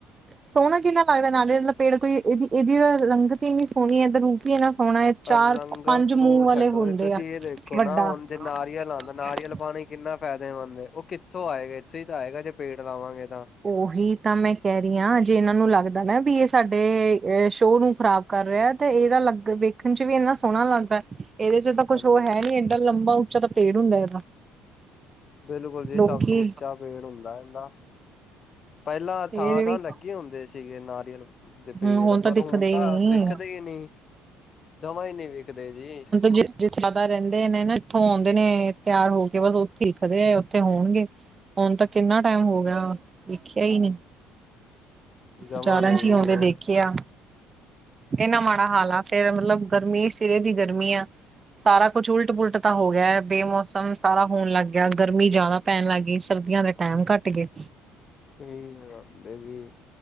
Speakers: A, on the right; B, on the left.
A: ਸੋਹਣਾ ਕਿੰਨਾ ਲੱਗਦਾ ਨਾਲੇ ਬ ਪੇੜ, ਕੋਈ ਇਹਦੀ- ਇਹਦੀ ਰੰਗਤੀ ਹੀ ਸੋਹਣੀ ਹੈ, ਤੇ ਰੂਪ ਵੀ ਏਨਾ ਸੋਹਣਾ ਹੈ ਚਾਰ,
B: ਰੰਗਤ
A: ਪੰਜ
B: ਰੂਪ
A: ਮੂੰਹ ਵਾਲੇ
B: ਛੱਡੋ
A: ਹੁੰਦੇ
B: ਤੁਸੀਂ
A: ਆ
B: ਇਹ ਦੇਖੋ
A: ਵੱਡਾ।
B: ਨਾ ਹੁਣ ਜੇ ਨਾਰੀਅਲ
A: <unintelligible>
B: ਆਉਂਦਾ ਨਾਰੀਅਲ ਪਾਣੀ ਕਿੰਨਾ ਫਾਇਦੇਮੰਦ ਏ, ਉਹ ਕਿੱਥੋਂ ਆਏਗਾ। ਇੱਥੋਂ ਹੀ ਤਾਂ ਆਏਗਾ। ਜੇ ਪੇੜ ਲਾਵਾਂਗੇ ਤਾਂ।
A: ਉਹੀ ਤਾਂ ਮੈਂ ਕਹਿ ਰਹੀ ਹਾਂ। ਜੇ ਇਹਨਾਂ ਨੂੰ ਲੱਗਦਾ ਨਾ ਵੀ ਇਹ ਸਾਡੇ ਸ਼ੋਅ ਨੂੰ ਖ਼ਰਾਬ ਕਰ ਰਿਹਾ। ਤੇ ਇਹਦਾ ਲੱਗ ਵੇਖਣ ਚ ਵੀ ਇੰਨਾ ਸੋਹਣਾ ਲੱਗਦਾ। ਇਹਦੇ ਚ ਤਾਂ ਕੁੱਛ,
B: ਹਾਂਜੀ
A: ਉਹ ਹੈ ਨੀ, ਏਡਾ ਲੰਬਾ, ਉੱਚਾ ਤਾਂ ਪੇੜ ਹੁੰਦਾ ਇਹਦਾ।
B: ਬਿਲਕੁਲ ਜੀ।
A: ਲੋਕੀ
B: ਸਭ ਤੋਂ ਉੱਚਾ ਪੇੜ ਹੁੰਦਾ ਏਨਾ। ਪਹਿਲਾਂ
A: ਇਹ
B: ਥਾਂ-ਥਾਂ
A: ਵੀ
B: ਲੱਗੇ ਹੁੰਦੇ ਸੀਗੇ ਨਾਰੀਅਲ ਦੇ ਪੇੜ
A: ਹਮ ਤਾਂ
B: ਪਰ
A: ਦਿਖਦੇ
B: ਹੁਣ
A: ਹੀ
B: ਤਾਂ
A: ਨਹੀਂ
B: ਵੇਖਦੇ ਈ ਨੀ ਜਮਾਂ ਈ ਨੀ ਵਿਕਦੇ ਜੀ।
A: ਜਿਆਦਾ ਰਹਿੰਦੇ ਨੇ ਨਾ ਇੱਥੋਂ ਆਉਂਦੇ ਨੇ ਤਿਆਰ ਹੋ ਕੇ ਬਸ ਉਹ ਦਿਖਦੇ ਐ ਉੱਥੇ ਹੋਣਗੇ? ਹੁਣ ਤਾਂ ਕਿੰਨਾ ਟਾਈਮ ਹੋ ਗਿਆ ਵੇਖਿਆ ਹੀ ਨੀ।
B: ਜਮਾਂ
A: ਚਾਰਨ
B: ਨੀ
A: ਚ
B: ਜੀ
A: ਆਉਂਦੇ
B: ਹੁਣ
A: ਦੇਖੇ ਆ। ਇੰਨਾ ਮਾੜਾ ਹਾਲ ਆ ਫਿਰ ਗਰਮੀ ਸਿਰੇ ਦੀ ਗਰਮੀ ਆ। ਸਾਰਾ ਕੁਝ ਉਲਟ, ਪੁਲਟ ਤਾਂ ਹੋ ਗਿਆ, ਬੇਮੌਸਮ ਸਾਰਾ ਹੋਣ ਲੱਗ ਗਿਆ ਗਰਮੀ ਜ਼ਿਆਦਾ ਪੈਣ ਲੱਗ ਗਈ ਸਰਦੀਆਂ ਦੇ ਟਾਈਮ ਘੱਟ ਗੇ।
B: ਇਹੀ ਤਾਂ ਗੱਲ ਐ ਜੀ